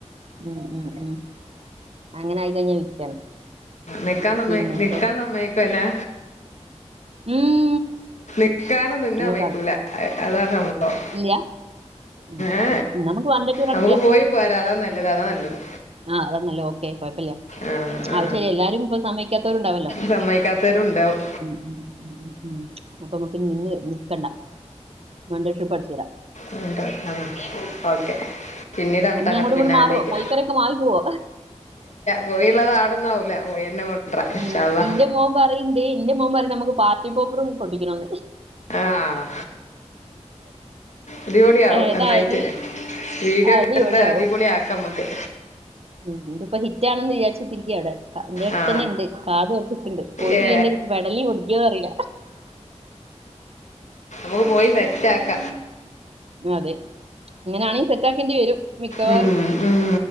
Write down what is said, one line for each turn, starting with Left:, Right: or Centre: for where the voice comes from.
Right: ഉ ഉ ഉ അങ്ങനെ ആയി കഴിഞ്ഞാൽ വിറ്റാണ്.
Left: നിക്കാൻ സമ്മയി
Right: പിന്നെ എന്നിട്ട്
Left: നിക്കാൻ സമ്മയ്ക്കല്ലേ
Right: ഉം
Left: നിക്കാനൊന്നും ഇന്നെ
Right: നിങ്ങൾ
Left: സമ്മയ്ക്കൂല.
Right: പറ
Left: അഹ് അതാണ് സംഭവം
Right: ഇല്ല ഉം.
Left: ഏ
Right: ഉം, നമുക്ക് വൺ ഡേ ടൂർ അടിക്കാം
Left: നമക്ക് പോയി പോരാ. അതാ നല്ലത് അതാ നല്ലത്
Right: ആഹ് അതാന ല്ലേ ഓക്കെ കുഴപ്പല്ല.
Left: ആ, ആ.
Right: അതും ശെരിയാ. എല്ലാരും ഇപ്പൊ സമ്മക്കാത്തവരുണ്ടാവല്ലോ?
Left: സമ്മതിക്കാത്തവരും ഉണ്ടാവും
Right: ഉം ഉം ഉം അപ്പൊ നമ്മക്ക് ഇന്ന് നിക്കണ്ട. വൺ ഡേ ട്രിപ്പ് അടിച്ച് വരാം.
Left: ഉം ആ ഓക്കെ. പിന്നീട് അങ്ങട്ട്
Right: ഇനി
Left: അങ്ങട്ട്
Right: അങ്ങോട്ടും ഇങ്ങോട്ട്
Left: പിന്നെ
Right: മാറുവോ
Left: ആലോചിക്ക.
Right: കോഴിക്കറിയൊക്കെ മാറി പോവോ
Left: കോഴിയുള്ളത് ആടൊന്നാവൂല കോഴി തന്നെ കൊണ്ടുവരാ ഇൻഷാല്ലാ.
Right: ഉം ഇന്റെ മോൻ പറയ്ണ്ട് ഇന്റെ മോൻ പറയ്ണെ നമുക്ക് പാർ ക്കി പോപ്പറും പൊട്ടിക്കണം ന്ന്
Left: ആഹ്. അടിപൊളിയ ആവും
Right: ഏതായാലും
Left: ഒന്നായിട്ട്. വീഡിയോ
Right: അടിപൊളിയാവും
Left: ക്കട്ത്ത് അടിപൊളി ആക്ക മ്മക്ക്.
Right: ഉം ഇതിപ്പോ ഹിറ്റാണന്ന് വിചാരിച്ചുത്തിരിക്ക അവിടെ എന്റെ അടുത്ത്
Left: ആ
Right: തന്നെ ഉണ്ട് കാതോർത്തിക്കുന്നുണ്ട്. പോയിട്ടില്ല
Left: ഏ
Right: ന്റെ പെടലി പൊട്ടിയോന്നറിയില്ല.
Left: നമക്ക് പോയി സെറ്റാക്ക.
Right: ഹും അതെ ഇങ്ങനെയാണെങ്കിൽ സെറ്റ് ആക്കേണ്ടി വരും മിക്കവാറും.
Left: ഉം ഉം ഉം